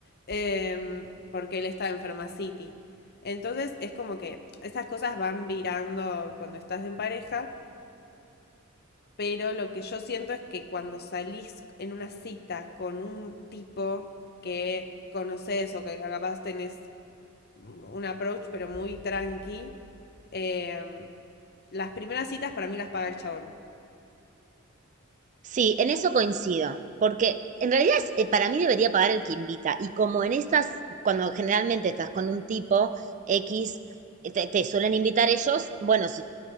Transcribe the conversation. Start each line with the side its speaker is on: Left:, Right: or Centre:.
Left: Em, porque él está en Pharmacity. Entonces es como que estas cosas van virando cuando estás en pareja pero lo que yo siento es que cuando salís en una cita con un tipo que conoces o que capaz tenés un approach pero muy tranqui, eh, las primeras citas para mí las paga el chabón.
Right: Sí, en eso coincido, porque en realidad es- eh, para mí debería pagar el que invita y como en estas, cuando generalmente estás con un tipo X, eh, te, te suelen invitar ellos, bueno, sí,